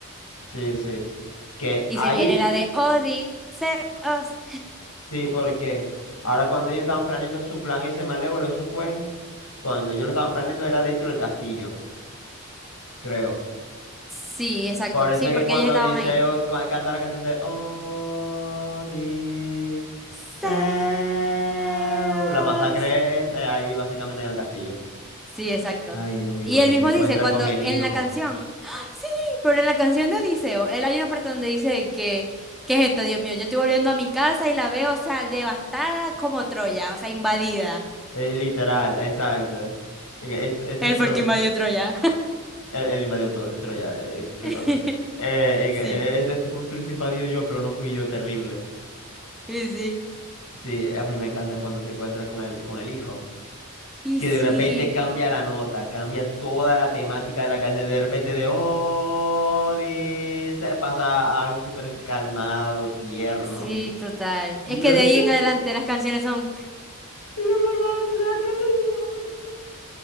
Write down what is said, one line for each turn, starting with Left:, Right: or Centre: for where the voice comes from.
Left: Sí, sí. Que
Centre: Y
Left: ahí,
Centre: se viene la de Odiseos.
Left: sí, porque ahora cuando ellos estaban planeando su plan ese malévolo, eso fue, cuando ellos lo estaban planeando era dentro del castillo, creo.
Centre: Sí, exacto,
Left: Por eso
Centre: sí,
Left: es
Centre: porque
Left: que cuando
Centre: ellos estaban
Left: Odiseo
Centre: ahí.
Left: cu- canta la canción de Odiseo,
Centre: Zeus.
Left: la masacre es eh, ahí básicamente en el castillo.
Centre: Sí, exacto.
Left: Ay, Dios mío,
Centre: Y
Left: cuando
Centre: él mismo
Left: se encuentra
Centre: dice, cuando
Left: con el
Centre: en
Left: hijo.
Centre: la canción, ¡Ah! sí, pero en la canción de Odiseo, él hay una parte donde dice que, ¿qué es esto, Dios mío? Yo estoy volviendo a mi casa y la veo, o sea, devastada como Troya, o sea, invadida.
Left: Eh, literal, exacto. Y que Esto, esto
Centre: Él
Left: es Troya.
Centre: fue el que invadió Troya.
Left: Él, él invadió to- Troya. eh, qué
Centre: <laughs>
Left: cosas. Eh, y
Centre: Sí,
Left: que, eh, esto, esto es como si lo hubiese invadido yo, pero no fui yo. Terrible.
Centre: y sí.
Left: Sí, a mí me encanta cuando se encuentra con el, con el hijo.
Centre: Y
Left: que
Centre: sí,
Left: de repente cambia la nota, cambia toda la temática de la canción, de repente de oh, dice, pasa a algo súper calmado, tierno.
Centre: sí, total.
Left: Y
Centre: Es que
Left: yo,
Centre: de
Left: no,
Centre: ahí en adelante las canciones son,
Left: Y yo, por favor, sea, no me-